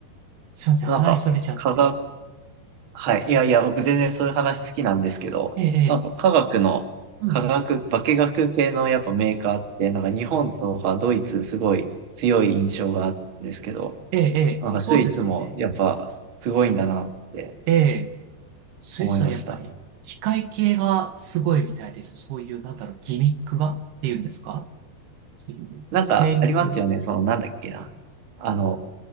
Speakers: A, on the right; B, on the right.
A: すいません、
B: なんか、
A: 話それちゃって。
B: 科学、はい。いやいや、僕全然そういう話好きなんですけど、
A: ええ、ええ、
B: なんか科学の、
A: うんうん。
B: 科学、化学系のやっぱメーカーって、なんか日本とかドイツすごい強い印象があるんですけど、
A: ええ、ええ、
B: なんかスイスもやっぱすごいんだなって
A: そうですね。ええ、スイスはやっぱり、
B: 思いました。
A: 機械系がすごいみたいです。そういう、なんだろう、ギミックがっていうんですかそういう精密。
B: なんかありますよね、そのなんだっけな。あの、